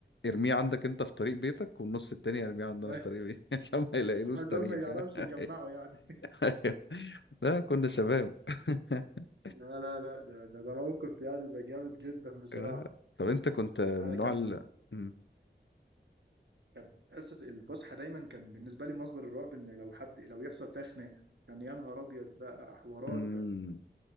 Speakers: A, on the left (about 80°); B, on the right (about 75°).
A: ارميه عندك انت في طريق بيتك والنص التاني ارميه عندنا
B: <laughs>
A: في طريق بيتي <laughs> عشان ما يلاقيلوش
B: عشان
A: طريق
B: ما يعرفش
A: فاهم <laughs>
B: يجمعه يعني
A: أيوه. لا كنا شباب <laughs>
B: لا لا لا ده ده ده موقف يعني ده جامد جدا بصراحة
A: آه. طب انت كنت من
B: انا
A: نوع
B: كانت
A: ال مم.
B: كانت حصه الفسحه دايما كان بالنسبه لي مصدر الرعب ان لو حد لو يحصل فيها خناقه كان يا نهار ابيض بقى حوارات
A: مم.
B: بقى